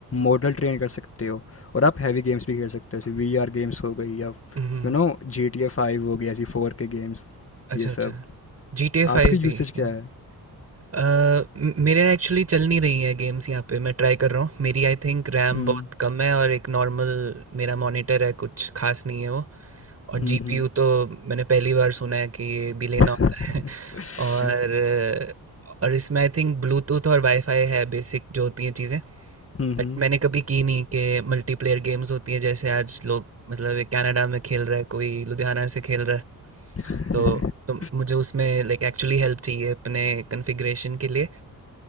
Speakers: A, on the left (about 35°); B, on the right (about 40°).
A: मॉडल ट्रेन कर सकते हो और आप हैवी गेम्स भी खेल सकते हो जैसे वी आर गेम्स हो गई या
B: हम्म,
A: you know G T A five हो गई ऐसी फोर के गेम्स
B: अच्छा
A: ये
B: अच्छा
A: सब
B: जी टी ए फाइव
A: आपकी यूसेज
B: भी है।
A: क्या है
B: अ, म- मेरे एक्चुअली चल नहीं रही है गेम्स यहाँ पे मैं ट्राई कर रहा हूँ मेरी आई थिंक रैम
A: हम्म
B: बहुत कम है और एक नॉर्मल मेरा मॉनिटर है कुछ खास नहीं है वो और
A: हम्म
B: जीपीयू
A: हम्म
B: तो मैंने पहली बार सुना है कि ये भी लेना
A: <laughs>
B: होता है
A: हुँ,
B: <laughs> और और इसमें आई थिंक ब्लूटूथ और वाईफाई है बेसिक जो होती हैं चीज़ें
A: हुँ।
B: बट मैंने कभी की नहीं कि मल्टीप्लेयर गेम्स होती है जैसे आज लोग मतलब ये कनाडा में खेल रहा है कोई लुधियाना से खेल रहा है
A: <laughs>
B: तो, तो मुझे उसमें लाइक एक्चुअली हेल्प चाहिए अपने कॉन्फ़िगरेशन के लिए